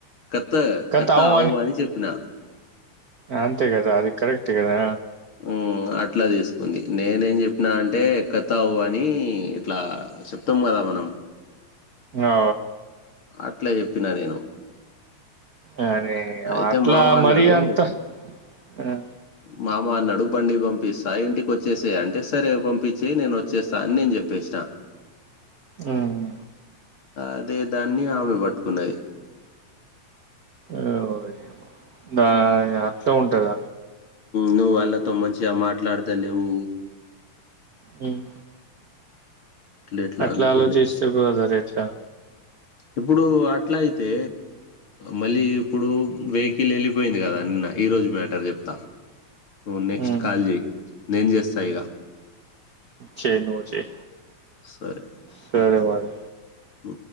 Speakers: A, on the left (about 45°); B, on the right (about 65°).
A: కత్త
B: కథ
A: కత్త
B: అవు
A: ఆవు అని చెప్పిన
B: అంతే కదా అది కరెక్ట్టు కదా
A: ఉమ్ అట్లా తీసుకుంది నేనేం చెప్పినా అంటే కతావు అని ఇట్లా చెప్తాం కదా మనం
B: ఆ!
A: అట్లా చెప్పినా నేను
B: అ నీ
A: అయితే
B: అట్లా
A: మామ అన్నాడు
B: మరి అంత ఆ
A: మామ అన్నాడు బండి పంపిస్తా ఇంటికి వచ్చేసేయి అంటే సరే పంపించేయి నేను వచ్చేస్తాను అని నేను చెప్పేసిన
B: ఉమ్
A: అదే దాన్ని ఆమె పట్టుకున్నది
B: ఓయమ్మ! దా ఇగ అత్త ఉంటద
A: నువ్వు వాళ్ళతో మంచిగా మాట్లాడతాలేవు
B: హ్మ్.
A: ఇట్లా
B: అట్లా
A: అంటుంది
B: ఆలోచిస్తే బో ధరే దా
A: ఇప్పుడు అట్లా అయితే మళ్ళీ ఇప్పుడు వెహికిల్ వెళ్ళిపోయింది కదా నిన్న ఈ రోజు మ్యాటర్ చెప్తా నువ్వు నెక్స్ట్
B: హ్మ్.
A: కాల్ చేయి నేను చేస్తా ఇగ
B: చెయి నువ్ చెయి
A: సరే
B: సరే మరి
A: ఉమ్